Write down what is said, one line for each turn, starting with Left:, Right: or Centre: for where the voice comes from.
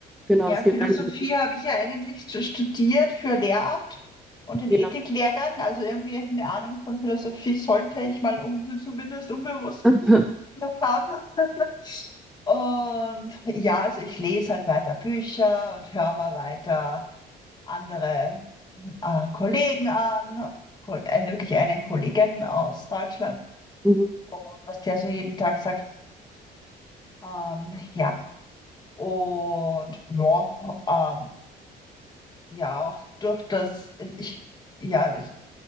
Centre: genau,
Left: Ja,
Centre: es gibt
Left: Philosophie
Centre: eine diese.
Left: habe ich ja eigentlich stu- studiert für Lehramt und den
Centre: Ja.
Left: Ethiklehrgang. Also irgendwie eine Ahnung von Philosophie sollte ich mal um, zumindest unbewusst
Centre: <laughs>
Left: <laughs> noch haben. <laughs> Und ja, also ich lese halt weiter Bücher und höre mal weiter andere äh, Kollegen an, Kol- einen- wirklich einen Kollegen aus Deutschland
Centre: Mhm.
Left: und was der so jeden Tag sagt. Ähm, ja, und ja, ähm, ja, auch durch das, ich, ja, ich,